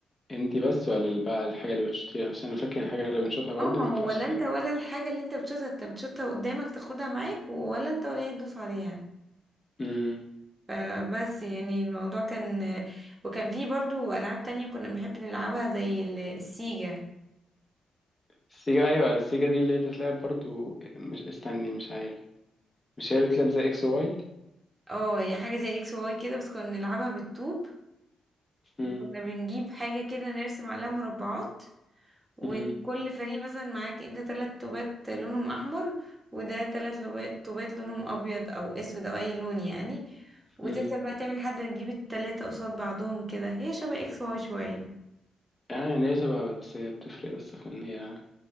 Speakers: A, on the left; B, on the right.
A: انتي بس ولا بقى الحاجة اللي بتشوتيها عشان انا فاكر الحاجة اللي بنشوتها برضو
B: اه ما
A: ما ينفعش
B: هو ولا انت ولا الحاجه اللي انت بتشوطها انت بتشوطها قدامك تاخدها معاك ولا انت ولا هي تدوس عليها
A: تعمل
B: فبس يعني الموضوع كان وكان فيه برضو العاب تانية كنا بنحب نلعبها زي ال- السيجا
A: السيجا ايوه السيجا دي اللي هي بتتلعب برضو مش استني مش عارف مش هي اللي بتلعب زي اكس واي
B: اه هي حاجه زي اكس واي كده بس كنا بنلعبها بالطوب
A: امم
B: وكنا بنجيب حاجه كده نرسم عليها مربعات وكل
A: امم
B: فريق مثلا معاك انت تلات توبات لونهم احمر وده تلات لو- توبات لونهم ابيض او اسود او اي لون يعني وتفضل
A: امم
B: بقى تعمل لحد ما تجيب التلاتة قصاد بعضهم كده هي شبه اكس واي شوية
A: يعني هي شبهها بس هي بتفرق بس في ان هي